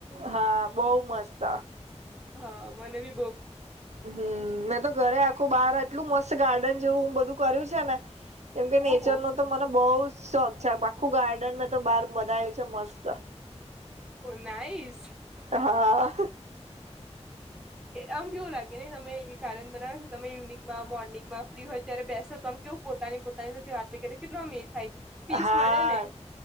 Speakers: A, on the right; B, in the centre.
A: હા બઉ મસ્ત
B: હા મનેબી
A: હમ મેં તો ઘરે આખું બાર એટલું મસ્ત ગાર્ડન જેવું હું બધું કર્યું છે ને કેમ કે નેચરનો
B: ઓહો
A: તો મને બહુ જ શોખ છે આખું ગાર્ડનમાં તો બહાર બધા આવું છે મસ્ત
B: ઓ નાઈસ
A: હા
B: આમ કેવું લાગે તમ તમે એ ગાર્ડન બનાવો તમે ઇવનિંગમાં મોર્નંગમાં ફ્રી હોય ત્યારે બેસો તોમ કે હું પોતાની પોતાની સાથે વાત કરી કેટલો આમ એ થાય પીસ
A: હા
B: મળે ને